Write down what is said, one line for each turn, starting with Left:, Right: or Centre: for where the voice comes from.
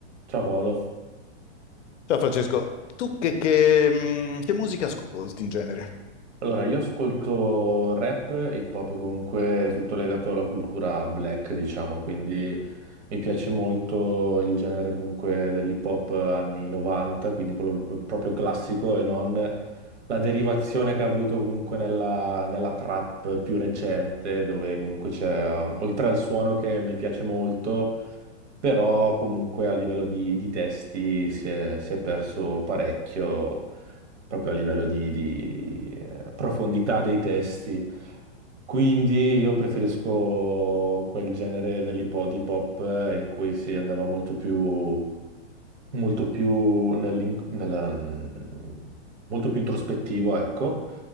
Right: Ciao Paolo.
Left: Ciao Francesco, tu che, che, mh, che musica ascolti in genere?
Right: Allora, io ascolto rap e hip hop comunque tutto legato alla cultura black, diciamo, quindi mi piace molto il genere comunque dell'hip hop anni 90, quindi quello proprio, proprio classico e non la derivazione che ha avuto comunque nella, nella trap più recente, dove comunque c'è, um, oltre al suono che mi piace molto, però comunque a livello di, di testi si è si è perso parecchio proprio a livello di, di, eh, profondità dei testi. Quindi io preferisco quel genere dell'hip hop hip hop, eh, in cui si andava molto più, molto più, nell'in- nella- mm, molto più introspettivo, ecco,